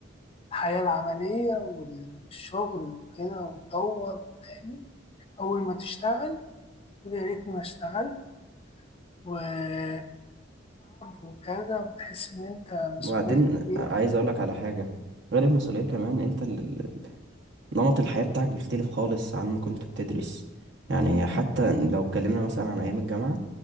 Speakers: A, on the left (about 30°); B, on the right (about 65°).
A: الحياة العملية والشغل وكده وتدور وتعمل اول ما تشتغل تقول يا ريتني ما اشتغلت وتتعب وكذا وتحس ان انت مسؤولية
B: وبعدين
A: كبيرة
B: عايز اقولك على حاجة غير المسؤولية كمان انت ال- ال- نمط الحياة بتاعك بيختلف خالص عن ما كنت بتدرس يعني حتى لو اتكلمنا مثلا عن ايام الجامعة